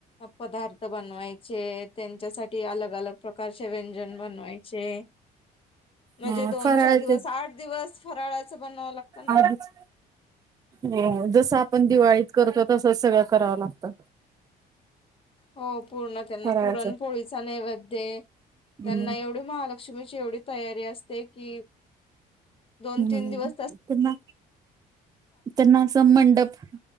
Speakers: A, on the left (about 30°); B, on the right (about 20°).
A: पदार्थ बनवायचे त्येच्यासाठी अलग अलग प्रकारचे व्यंजन बनवायचे. म्हणजे
B: ह
A: दोन
B: फराळाचे
A: चार दिवस, आठ दिवस फराळाचं बनवाव लागतं ना.
B: आधीच हो जस आपण दिवाळीत करतो, तसच सगळं कराव लागतं.
A: हो पूर्ण त्यांना
B: फराळाचं
A: पुरणपोळीचा नैवैद्य
B: हम्म
A: त्यांन एव वढी महालक्ष्मीची एवढी तयारी असते की दोन
B: हम्म,
A: तीन दिवस त्या
B: त्येना त्येना अस मंडप,